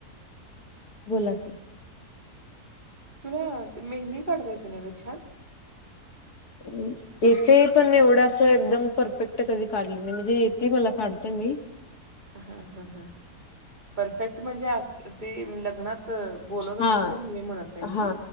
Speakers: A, on the left; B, on the right.
A: बोला की.
B: तुला मेहंदी काढता येते ना ग छान?
A: ह. येते पण एवढं असं एकदम परफेक्ट कधी काढली नाही, म्हणजे येते मला काढते मी.
B: हा ह ह परफेक्ट म्हणजे ते लग्नात बोलवतात
A: हा
B: तसं मी म्हणत नाही मी
A: हा